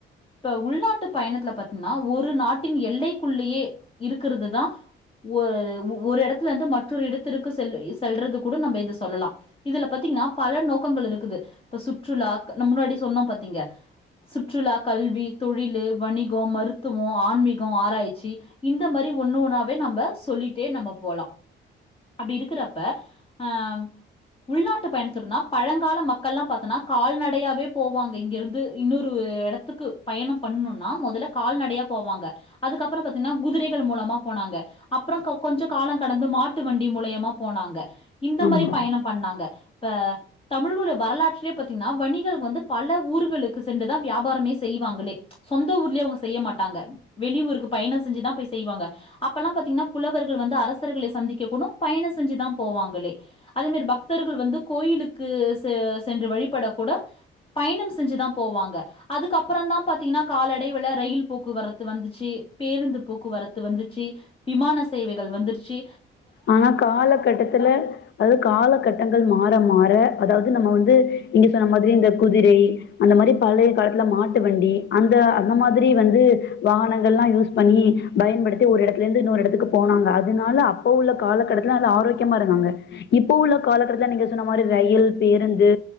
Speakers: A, on the left (about 25°); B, on the left (about 60°).
A: இப்ப உள்நாட்டு பயணத்துல பாத்தீன்னா ஒரு நாட்டின் எல்லைக்குள்ளயே இருக்குறது தா ஒரு ஒரு இடத்துலந்து மற்றொரு இடத்திற்கு செல் செல்றது கூட நம்ப இத சொல்லலா இதுல பாத்தீங்ன்னா பல நோக்கங்கள் இருக்குது இப்ப சுற்றுலா நம்ம முன்னாடி சொன்னோ பாத்தீங்க சுற்றுலா கல்வி தொழிலு வணிகோ மருத்துவோ ஆன்மீகொ ஆராய்ச்சி இந்த மாரி ஒண்ணு ஒண்ணாவே நம்ப சொல்லிட்டே நம்ப போலா அப்டி இருக்குறப்ப ஆ உள்நாட்டு பயணத்துல பாத்தீனா பழங்கால மக்கள்லா பாத்தோனா கால்நடையாவே போவாங்க இங்கிருந்து இன்னொரு எட எடத்துக்கு பயணம் பண்ணுனா மொதல்ல கால்நடையா போவாங்க அதுக்கப்புற பாத்தீங்கினா குதிரைகள் மூலமா போனாங்க அப்புற கொஞ்ச கால கடந்து மாட்டு வண்டி மூலியமா போனாங்க இந்த
B: ஆமா
A: மாரி பயணம் பண்ணாங்க இப்ப தமிழ்ஊல வரலாற்றிலே பாத்தீங்கினா வணிகள் வந்து பல ஊர்களுக்கு சென்றுதா வியாபாரமே செய்வாங்களே சொந்த ஊர்லே அவுங்க செய்ய மாட்டாங்க வெளி ஊருக்கு பயண செஞ்சுதா போய் செய்வாங்க அப்பல்லா பாத்தீங்கினா புலவர்கள் வந்து அரசர்கள சந்திக்க கூட பயண செஞ்சுதா போவாங்களே அது மாரி பக்தர்கள் வந்து கோயிலுக்கு சென்று வழிபட கூட பயணம் செஞ்சுதா போவாங்க அதுக்கப்புற தா பாத்தீங்கினா காலடைவுல ரயில் போக்குவரத்து வந்துச்சி பேருந்து போக்குவரத்து வந்துச்சி விமான சேவைகள் வந்துருச்சி
B: ஆனா காலகட்டத்துல அதாது காலகட்டங்கள் மாற மாற அதாது நம்ம வந்து இங்க சொன்ன மாதிரி இந்த குதிரை அந்த மாரி பழைய காலத்துல மாட்டு வண்டி அந்த அந்த மாதிரி வந்து வாகனங்கள் லா யூஸ் பண்ணி பயன்படுத்தி ஒரு எடத்துல இருந்து இன்னொரு எடத்துக்கு போனாங்க அதனால அப்ப உள்ள காலக்கட்டத்துல அது ஆரோக்கியமா இருந்தாங்க இப்போ உள்ள காலக்கட்டத்துல நீங்க சொன்ன மாரி ரயில் பேருந்து